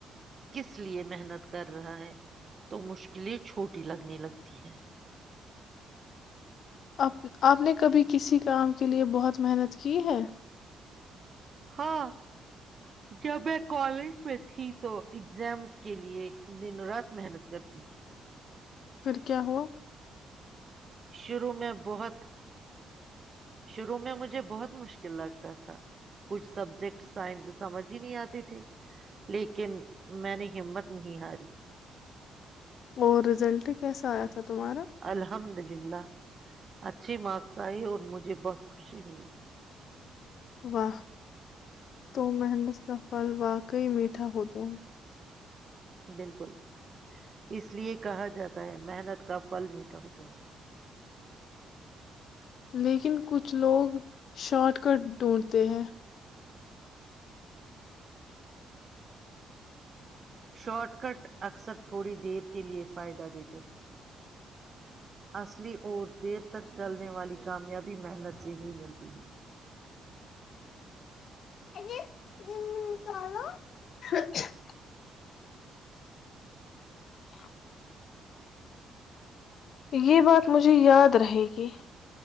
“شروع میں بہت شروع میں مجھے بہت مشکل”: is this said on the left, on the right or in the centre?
Right